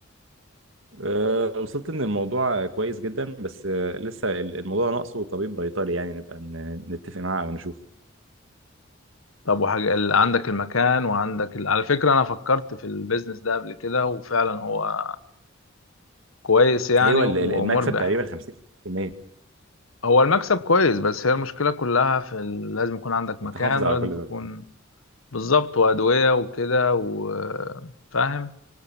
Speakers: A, on the right; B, on the left.
A: أه، وصلت ان الموضوع كويس جدا بس أه، لسه الموضوع ناقصه طبيب بيطري يعني نبقى ن- نتفق معاه او نشوف
B: طب وحاجة ال- عندك المكان وعندك ال... على فكرة انا فكرت في البيزنس ده قبل كده وفعلا هو كويس يعني
A: ايوه
B: ومربح
A: ال- ال- المكسب تقريبا 50%
B: هو المكسب كويس بس هي المشكلة كلها في ال... لازم يكون عندك مكان
A: انك تحافظ على
B: ولازم
A: كل
B: تكون
A: ده
B: بالظبط وأدوية وكده وفاهم